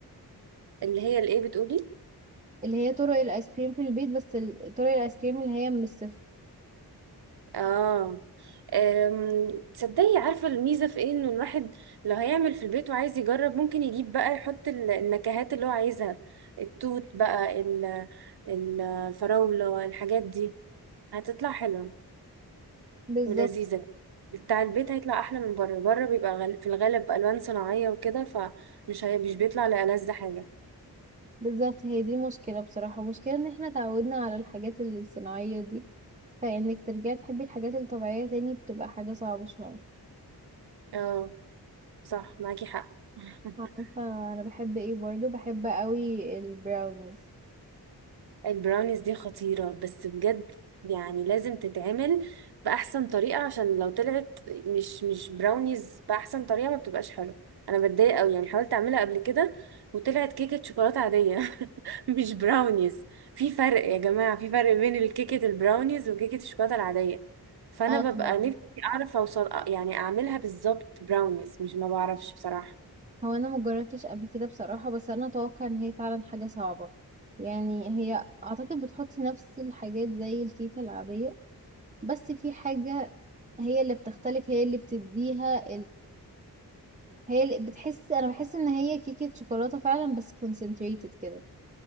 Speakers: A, on the right; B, on the right.
A: اللي هي الايه بتقولي
B: اللي هي طرق الايس كريم في البيت بس ال- طرق الايس كريم اللي هي من الصفر
A: اه أم، تصدقي عارفة الميزة في ايه انه الواحد لو هيعمل في البيت وعايز يجرب ممكن يجيب بقى يحط ال- النكهات اللي هو عايزها التوت بقى ال- ال- الفراولة الحاجات دي هتطلع حلوة
B: بالظبط
A: ولذيذة بتاع البيت هيطلع احلى من بره بره بيبقى غال- في الغالب الوان صناعية وكده فمش هي مش بيطلع لألذ حاجة
B: بالظبط هي دي مشكلة بصراحة مشكلة ان احنا تعودنا على الحاجات الصناعية دي فانك ترجعي تحبي الحاجات الطبيعية تاني بتبقى حاجة صعبة شوية
A: اه صح معاكي حق <laughs>
B: عارفة انا بحب ايه برضو بحب قوي البراونيز
A: البراونيز دي خطيرة بس بجد يعني لازم تتعمل بأحسن طريقة عشان لو طلعت مش مش براونيز بأحسن طريقة ما بتبقاش حلوة أنا بتضايق أوي يعني حاولت أعملها قبل كده وطلعت كيكة شوكولاتة عادية <laughs> مش براونيز في فرق يا جماعة في فرق بين الكيكة البراونيز وكيكة الشوكولاتة العادية فأنا
B: اه طبعا
A: ببقى نفسي أعرف أوصل يعني أعملها بالظبط براونيز مش ما بعرفش بصراحة
B: هو انا مجربتش قبل كده بصراحة بس انا اتوقع ان هي فعلا حاجة صعبة يعني هي اعتقد بتحطي نفس الحاجات زي الكيكة العادية بس في حاجة هي اللي بتختلف هي اللي بتديها هي اللي بتحس انا بحس ان هي كيكة شوكولاتة فعلا بس concentrated كده